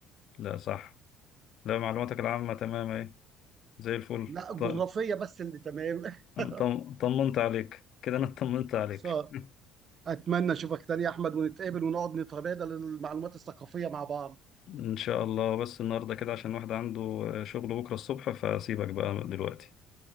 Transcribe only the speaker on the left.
لا صح لا معلوماتك العامة تمام اهي زي الفل
ط-
طم- طمنت عليك كده أنا طمنت عليك
<laughs>
إن شاء الله بس النهاردة كده عشان واحد عنده آه، شغل بكرة الصبح فسيبك بقى دلوقتي